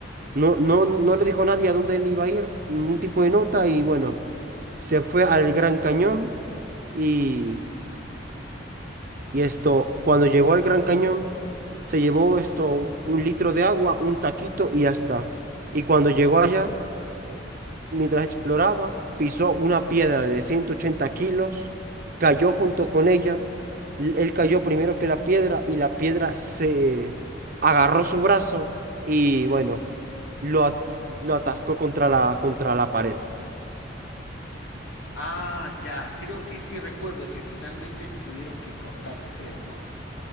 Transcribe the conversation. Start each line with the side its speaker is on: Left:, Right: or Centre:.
Right: No, no, no le dijo a nadie a dónde él iba a ir, ningún tipo de nota, y bueno, se fue al Gran Cañón y, y esto, cuando llegó al Gran Cañón, se llevó esto, un litro de agua, un taquito y ya está. Y cuando llegó allá, Mientras exploraba, pisó una piedra de 180 kilos, cayó junto con ella. l- Él cayó primero que la piedra y la piedra se agarró su brazo y bueno, lo, at- lo atascó contra la, contra la pared.
Left: Ah, ya, creo que sí recuerdo que finalmente tuvieron que cortarle, creo, ¿no?